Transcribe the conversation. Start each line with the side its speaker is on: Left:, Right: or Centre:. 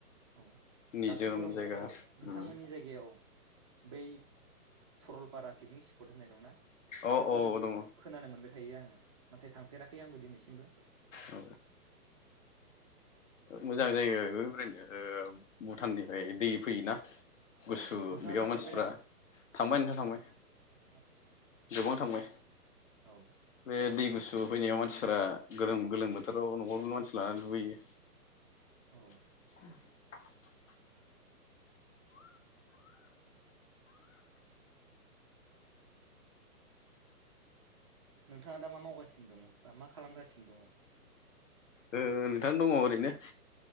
Right: औ
Left: निजोम
Right: दाथ' गरम
Left: जायगा
Right: बोथोर नोंथांमोननि
Left: उम
Right: जायगायाव। बै सरलपारा पिकनिक स्पट होननाय दंना।
Left: अ
Right: बेखौ
Left: अ
Right: जोबोद
Left: दङ
Right: खोनानो मोनबाय थायो आङो। नाथाय थांफेराखै आंबो दिनैसिमबो।
Left: औ। मोजां जायगाया बेबो बेरायनो ओ भुटाननिफाय दै फैयोना। गुसु
Right: औ नोंथाङा
Left: बेयाव
Right: थांफेरबाय
Left: मानसिफ्रा
Right: दा
Left: थांबाय नोंथां थांबाय
Right: आदसा
Left: गोबां थांबाय।
Right: औ
Left: <inaudible> बे दै गुसु फैनायाव मान मानसिफ्रा गोलोम-गोलोम बोथोराव न'आवनो मानसि लानानै दुगैहैयो।
Right: औ।
Left: <inaudible>
Right: नोंथाङा दा मा मावगासिनो दङो बा मा खालामगासिनो दङो।
Left: ओ नोंथां दङ ओरैनो